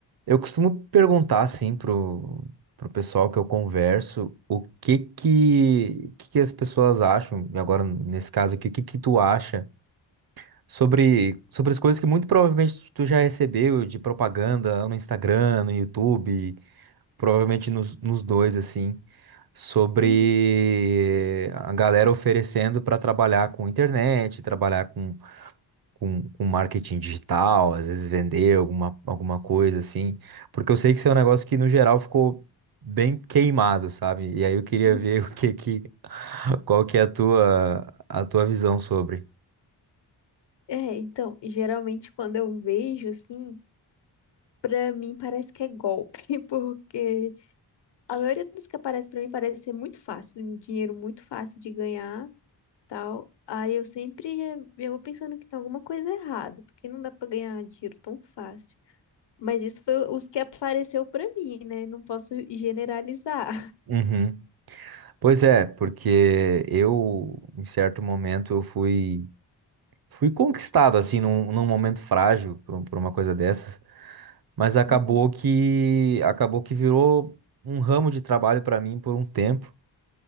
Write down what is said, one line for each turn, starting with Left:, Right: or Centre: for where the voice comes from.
Right: Eu costumo perguntar assim pro, pro pessoal que eu converso o que que, que que as pessoas acham, e agora nesse caso aqui, o que que tu acha sobre, sobre as coisas que muito provavelmente tu já recebeu de propaganda no Instagram, no YouTube, provavelmente nos, nos dois assim, sobre
Left: Uhum. <laughs>
Right: a galera oferecendo para trabalhar com internet, trabalhar com com, com marketing digital, às vezes vender alguma, alguma coisa assim, porque eu sei que isso é um negócio que no geral ficou bem queimado, sabe? E aí eu queria
Left: uhum.
Right: ver <laughs> o que que, <laughs> qual que é a tua, a tua visão sobre.
Left: É, então, geralmente quando eu vejo assim, pra mim parece que é golpe, <laughs> porque a maioria dos que aparece pra mim parece ser muito fácil, um dinheiro muito fácil de ganhar, tal. Aí eu sempre eh, eu vou pensando que tem alguma coisa errada, porque não dá pra ganhar dinheiro tão fácil. Mas isso foi os que apareceu pra mim, né? Não posso generalizar.
Right: Uhum. Pois é, porque eu, em certo momento, eu fui, fui conquistado, assim, num, num momento frágil por, por uma coisa dessas, mas acabou
Left: <laughs>
Right: que, acabou que virou um ramo de trabalho para mim por um tempo.